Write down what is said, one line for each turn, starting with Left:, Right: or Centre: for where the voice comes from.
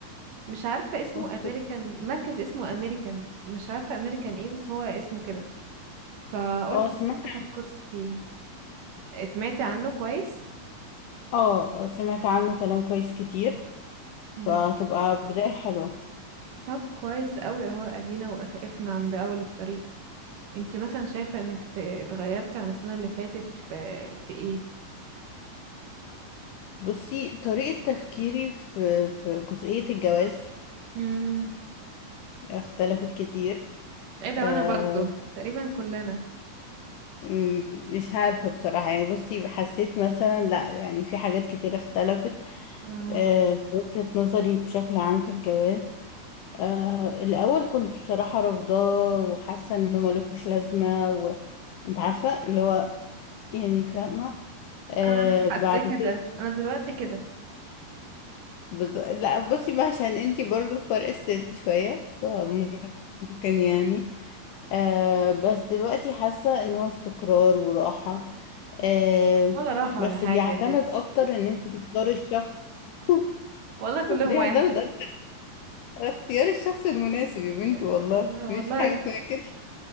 Right: مش عارفة اسمه
Left: اوكي
Right: امريكان مركز اسمه امريكان مش عارفة امريكان ايه بس هو اسمه كده فقلت
Left: اه سمعت
Right: اخد كورس فيه سمعتي عنه كويس
Left: اه سمعت عنه كلام كويس كتير
Right: مم.
Left: فتبقى بداية حلوة
Right: طب كويس قوي اهو ادينا وقفنا عند اول الطريق انتي مثلا شايفة انك ت- اتغيرتي عن السنة اللي فاتت في في ايه
Left: بصي طريقة تفكيري في في جزئية الجواز
Right: امم
Left: اختلفت كتير
Right: ايه ده
Left: أه
Right: وانا برضو تقريبا كلنا
Left: مم، مش عارفة بصراحة يعني بصي حسيت مثلا لا يعني في حاجات كتير اختلفت
Right: اه
Left: أه في وجهة نظري بشكل عام في الجواز أه الأول كنت بصراحة رافضاه وحاسة انه ملوش لازمة وانت عارفة اللي هو يعني فاهمة أه
Right: انا حاسة
Left: بعد
Right: كده
Left: كده
Right: انا دلوقتي كده
Left: بز... لا بصي بقى عشان انتي برضو فرق السن شوية فممكن يعني آه بس دلوقتي حاسة ان هو استقرار وراحة آه
Right: ولا راحة
Left: بس
Right: ولا حاجة
Left: بيعتمد
Right: يا ستي
Left: اكتر ان انت تختاري الشخص <laughs>
Right: والله كلهم
Left: بيعتمد
Right: واحد
Left: اكتر على اختيار الشخص المناسب يا بنتي
Right: آه،
Left: والله
Right: أنا
Left: مفيش
Right: والله
Left: حاجة اسمها كده